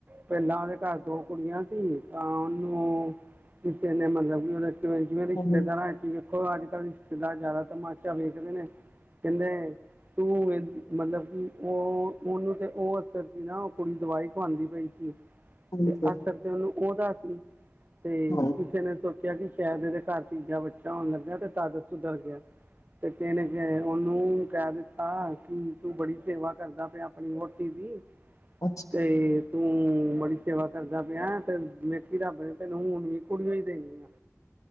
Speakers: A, on the right; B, on the left.
A: ਪਹਿਲਾਂ ਉਹਦੇ ਘਰ ਦੋ ਕੁੜੀਆਂ ਸੀ। ਅ ਉਹਨੂੰ ਕਿਸੇ ਨੇ ਮਤਲਬ ਜੀਵੇ ਵੀ ਛੱਡ
B: ਹਾਂਜੀ
A: ਦਾ ਦੇਖੋ ਅੱਜ ਕੱਲ੍ਹ ਜ਼ਿਆਦਾ ਤਮਾਚਾ ਵੇਖਦੇ ਨੇ, ਕਹਿੰਦੇ ਤੂੰ ਮਤਲਬ ਕਿ, ਉਹ ਉਹਨੂੰ ਤੇ ਉਹ ਅਸਰ ਸੀ ਨਾ। ਉਹ ਕੁੜੀ ਦਵਾਈ ਖਵਾਉਂਦੀ ਪਈ ਸੀ।
B: ਹਾਂਜੀ
A: ਤੇ ਅਕਸਰ ਤੇ ਉਹਨੂੰ ਉਹਦਾ ਕੀ ਤੇ
B: ਹਾਂਜੀ
A: ਕਿਸੇ ਨੇ ਸੋਚਿਆ ਕਿ, ਸ਼ਾਇਦ ਇਹਦੇ ਘਰ ਤੀਜਾ ਬੱਚਾ ਹੋਣ ਲੱਗਿਆ। ਤੇ ਤਾ ਅਸੀਂ ਡਰ ਗੇ। ਤੇ ਕਿਸ ਨੇ ਉਹਨੂੰ ਕਹਿ ਦਿੱਤਾ ਕਿ, ਤੂੰ ਬੜੀ ਸੇਵਾ ਕਰਦਾ ਪਿਆ ਆਪਣੀ ਵੋਟੀ ਦੀ
B: ਅੱਛਾ
A: ਤੇ ਤੂੰ ਬੜੀ ਸੇਵਾ ਕਰਦਾ ਪਿਆ ਹੈ। ਤੇ ਦੇਖੀ ਰੱਬ ਨੇ ਤੈਨੂੰ, ਹੁਣ ਵੀ ਕੁੜੀਆਂ ਹੀ ਦੇਣੀਆਂ।